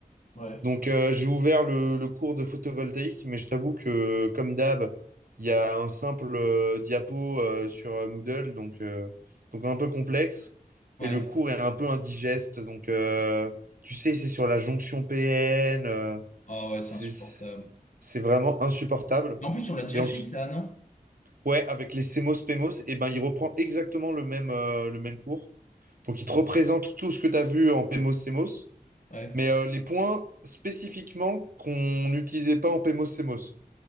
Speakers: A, on the left; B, on the right.
A: Ouais.
B: Donc, euh, j'ai ouvert le, le cours de photovoltaïque, mais je t'avoue que, comme d'hab, il y a un simple euh, diapo euh, sur euh, Moodle, donc, euh, donc un peu complexe.
A: Ouais.
B: Et le cours est un peu indigeste. Donc, euh, tu sais, c'est sur la jonction PN. euh,
A: Ah ouais,
B: c'est,
A: c'est insupportable.
B: c'est vraiment insupportable.
A: Mais en plus, on l'a déjà
B: Et ensuite,
A: fait, ça, non?
B: Ouais, avec les Semos Pemos, et ben, il reprend exactement le même, euh, le même cours. Donc, il te représente tout ce que tu as vu en Pemos Semos,
A: Ouais.
B: mais euh, les points spécifiquement qu'on n'utilisait pas en Pemos Semos.